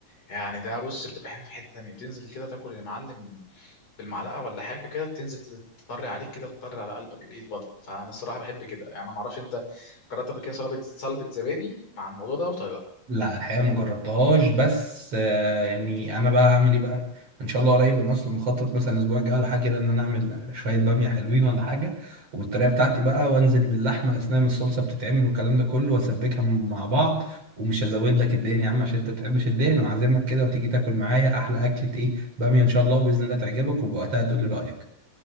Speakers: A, on the left; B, on the right.
A: يعني ده بص بتبقى حاجه في حته تانيه بتنزل كده تاكل المعلم بالمعلقه ولا حاجه كده تنزل تت- تطري عليك كده تطري على قلبك ايه الوضع فانا الصراحه بحب كده يعني ما اعرفش انت جربت قبل كده سلطه سلطه زبادي مع الموضوع ده ولا لا
B: لا الحقيقة ما جربتهاش بس آه، يعني انا بقى اعمل ايه بقى ان شاء الله قريب انا اصلا مخطط مثلا الاسبوع الجاي ولا حاجه كده ان انا اعمل شويه باميه حلوين ولا حاجه وبالطريقه بتاعتي بقى وانزل باللحمه اثناء ما الصلصه بتتعمل والكلام ده كله واسبكها مع بعض ومش هزود لك الدهن يا عم عشان انت ما بتحبش الدهن وعازمك كده وتيجي تاكل معايا احلى اكله ايه باميه ان شاء الله وباذن الله تعجبك وبوقتها تقول لي رايك